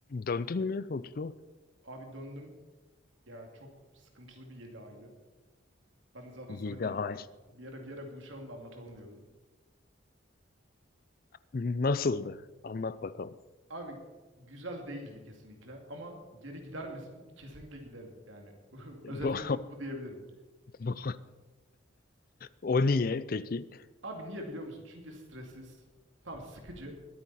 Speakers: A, on the left; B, on the right.
A: Döndün mü Utku?
B: Abi döndüm. Ya çok sıkıntılı bir 7 aydı. Ben de zaten
A: Yedi
B: sana bir
A: ay.
B: bir ara bir ara buluşalım da anlatalım diyordum.
A: Nasıldı? Anlat bakalım.
B: Abi güzel değildi kesinlikle ama geri gider misin? Kesinlikle giderim. Yani <laughs>
A: Bu,
B: özetini bu, bu diyebilirim.
A: <laughs> bu, o niye peki?
B: Abi niye biliyor musun? Çünkü stressiz, tam sıkıcı,